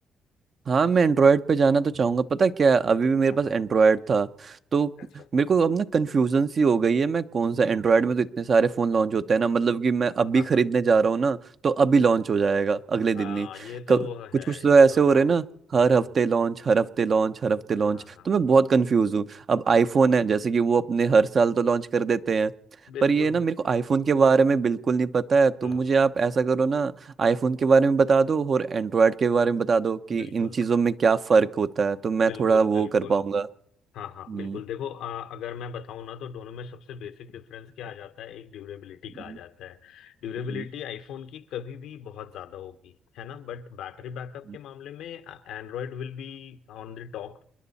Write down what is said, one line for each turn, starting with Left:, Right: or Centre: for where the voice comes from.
Right: हाँ मैं एंड्रॉयड पे जाना तो चाहूंगा पता है क्या अभी भी मेरे
Left: हाँ
Right: पास
Left: हाँ
Right: एंड्रॉयड था तो
Left: अच्छा
Right: मेरे को अब ना कंफ्यूजन सी हो गई है मैं कौन सा एंड्रॉयड में तो इतने सारे फ़ोन लॉन्च होते हैं ना मतलब कि मैं अभी
Left: हाँ
Right: खरीदने
Left: हाँ
Right: जा रहा हूँ ना तो अभी लॉन्च हो जाएगा अगले दिन
Left: आ,
Right: ही
Left: ये तो
Right: कुछ
Left: है
Right: कुछ तो
Left: ये
Right: ऐसे
Left: तो
Right: हो
Left: है
Right: रहे हैं ना
Left: हम्म
Right: हर हफ्ते लॉन्च हर हफ्ते लॉन्च हर हफ्ते
Left: हाँ
Right: लॉन्च
Left: हाँ
Right: तो मैं
Left: हाँ हाँ।
Right: बहुत कंफ्यूज हूँ अब आईफोन है जैसे कि वो अपने हर साल तो लॉन्च कर देते हैं
Left: बिल्कुल
Right: पर ये ना मेरे को आईफोन के बारे में बिल्कुल नहीं पता है तो
Left: हम्म
Right: मुझे आप ऐसा करो ना आईफोन के बारे में बता दो और एंड्रॉयड के बारे में बता दो कि
Left: बिल्कुल
Right: इन चीज़ों में क्या फ़र्क होता है तो मैं
Left: बिल्कुल
Right: थोड़ा वो
Left: बिल्कुल
Right: कर पाऊंगा
Left: हाँ हाँ
Right: हम्म
Left: बिल्कुल देखो आ, अगर मैं बताऊं ना तो दोनों में सबसे बेसिक डिफरेंस क्या आ जाता है एक ड्यूरेबिलिटी
Right: हम्म,
Left: का आ जाता है ड्यूरेबिलिटी
Right: हम्म,
Left: आईफोन की कभी भी बहुत ज्यादा होगी है ना बट बैटरी बैकअप
Right: हम्म,
Left: के मामले में Android will be on the top